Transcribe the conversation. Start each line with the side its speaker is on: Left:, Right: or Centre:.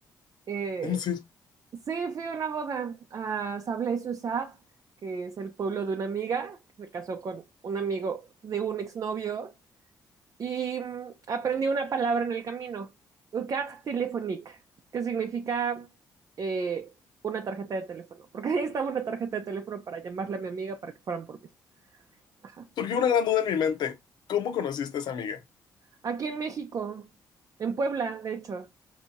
Right: Eh,
Left: En serio.
Right: Sí, fui a una boda a Sablé-sur-Sarthe, que es el pueblo de una amiga, que se casó con un amigo de un exnovio, y mm, aprendí una palabra en el camino, carte téléphonique, que significa eh, una tarjeta de teléfono, porque ahí estaba una tarjeta de teléfono para llamarle a mi amiga para que fueran por mí. Ajá.
Left: Surgió una gran duda en mi mente. ¿Cómo conociste a esa amiga?
Right: Aquí en México, en Puebla, de hecho.